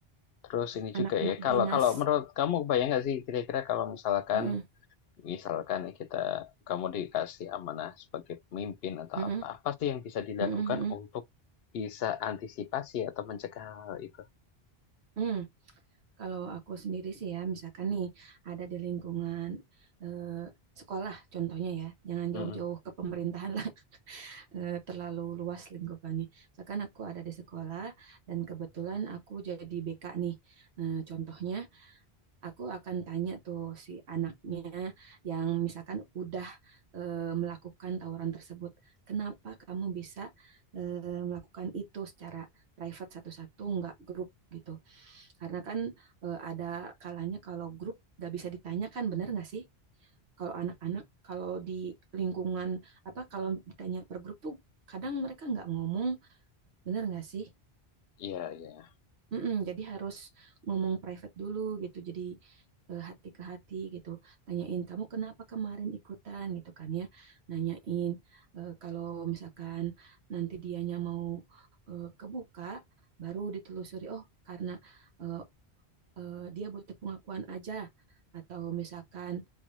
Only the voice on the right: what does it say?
Anak-anak
beringas.
Mm-mm.
Mm-mm.
Mm-mm. Mm-mm.
Mm. Kalau aku sendiri sih ya, misalkan nih ada di lingkungan eh, sekolah contohnya ya, jangan
jauh-jauh ke pemerintahan lah. eh, terlalu luas lingkupannya. Misalkan aku ada di sekolah dan kebetulan aku jadi BK nih. Eh, contohnya, aku akan tanya tuh si anaknya yang misalkan udah eh, melakukan tawuran tersebut, kenapa kamu bisa eh, melakukan itu secara private satu-satu, nggak grup gitu. Karena kan eh, ada kalanya kalau grup nggak bisa ditanyakan, bener nggak sih? Kalau anak-anak, kalau di lingkungan apa, kalau ditanya per grup tuh kadang mereka nggak ngomong, bener nggak sih?
Mm-mm, jadi harus ngomong private dulu gitu. Jadi eh, hati ke hati gitu. Tanyain kamu kenapa kemarin ikutan gitu kan ya. Nanyain eh, kalau misalkan nanti dianya mau eh, kebuka, baru ditelusuri. Oh, karena eh, eh, dia butuh pengakuan aja atau misalkan